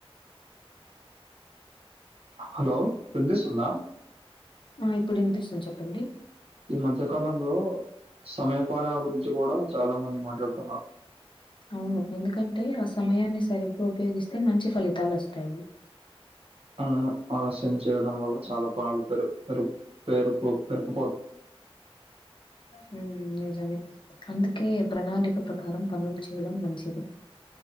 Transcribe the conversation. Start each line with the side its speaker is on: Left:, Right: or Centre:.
Right: హలో విన్పిస్తుంద
Left: ఆ ఇప్పుడు విన్పిస్తుంది చెప్పండి
Right: ఈ మధ్యకాలంలో సమయపాలన గురించి గూడ చాల మంది మాట్లాడుతున్నా
Left: అవును. ఎందుకంటే ఆ సమయాన్ని సరిగ్గ ఉపయోగిస్తే మంచి ఫలితాలు ఓస్తాయి
Right: అవును ఆలస్యం చేయడం వల్ల చాల <unintelligible> పాలుతరురు పేరుపురుపు
Left: హ్మ్ నిజమే అందుకే ప్రణాళిక ప్రకారం పనులు చేయడం మంచిది